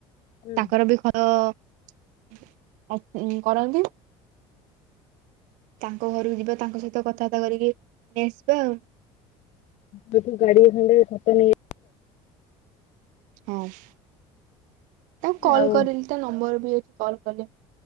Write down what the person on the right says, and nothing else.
ତାଙ୍କର ବି ଖର ଅ କରନ୍ତି। ତାଙ୍କ ଘରକୁ ଯିବା ତାଙ୍କ ସହିତ କଥାବାର୍ତା କରିକି ନେଇ ଆସିବା ଆଉ।
ହଁ ତାକୁ କଲ
କରିନି! ତା ନମ୍ବର ବି ଅଛି କଲ୍ କଲେ